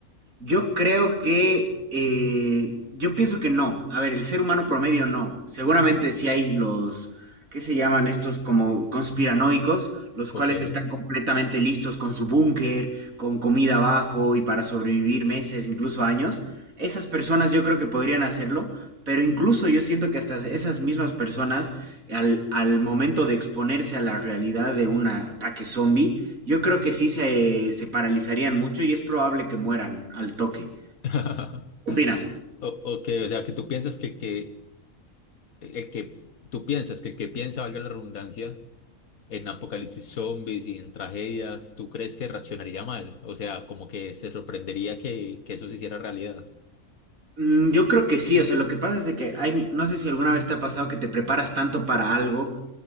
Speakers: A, on the right; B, on the left.
A: Yo creo que, eh, yo pienso que no. A ver, el ser humano promedio no. Seguramente sí hay los, ¿qué se llaman estos como conspiranoicos? Los
B: Ok.
A: cuales están completamente listos con su búnker, con comida abajo y para sobrevivir meses, incluso años. Esas personas yo creo que podrían hacerlo, pero incluso yo siento que hasta esas mismas personas, al, al momento de exponerse a la realidad de un ataque zombie, yo creo que sí se, se paralizarían mucho y es probable que mueran al toque.
B: <laughs>
A: ¿Qué opinas?
B: O, ok, o sea, que tú piensas que el que, el que, tú piensas que el que piensa, valga la redundancia, en apocalipsis zombies y en tragedias, ¿tú crees que reaccionaría mal? O sea, como que se sorprendería que, que eso se hiciera realidad.
A: Mm, Yo creo que sí, o sea, lo que pasa es de que hay, no sé si alguna vez te ha pasado que te preparas tanto para algo